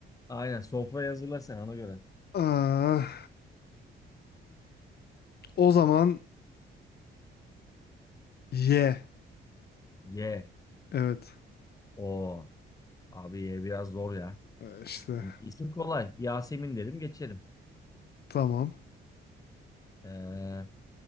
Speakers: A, on the left; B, on the left.
A: Aynen sofrayı hazırla sen ona göre.
B: Aa o zaman ye.
A: Ye.
B: Evet
A: O abi ye biraz zor ya.
B: Ee, işte
A: Şimdi isim kolay. Yasemin derim geçerim.
B: tamam
A: Ee,